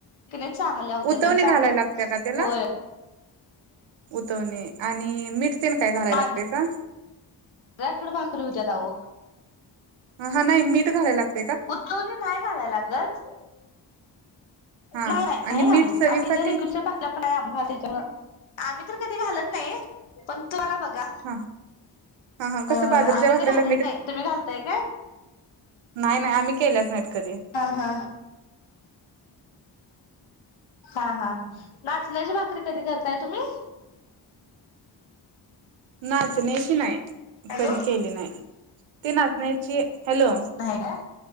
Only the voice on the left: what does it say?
की नाही चांगल्या होत्यात
आणि चांगल्या
होय
<unintelligible>
भाकरी होत्या ना ओ.
उतवणी नाय घालायल लागत.
नाय
ह्या
आपली ज्या रेग्युलरच्या भाकऱ्यापण हाय <unintelligible> त्याच्यामुळं आम्ही कधी घालत नाही, पण तुम्हाला बघा.
अं
आम्ही
काय घालत नाही, तुम्ही घालताय काय?
हा हा. हा हा, नाचण्याची भाकरी कधी करताय तुम्ही?
हॅलो
नाही काय?